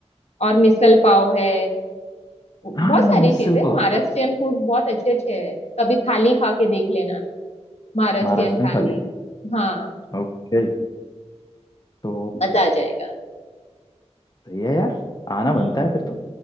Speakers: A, on the left; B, on the left.
A: और मिसल पाव है बहुत
B: हाँ
A: सारी
B: मिसल
A: चीजें
B: पाव
A: महाराष्ट्रियन फूड बहुत अच्छे अच्छे हैं कभी थाली खा के देख लेना महाराष्ट्रियन
B: महाराष्ट्र
A: थाली
B: थाली
A: हाँ
B: ओके तो
A: मजा आ जाएगा
B: सही है यार आना
A: हम्म
B: बनता है फिर तो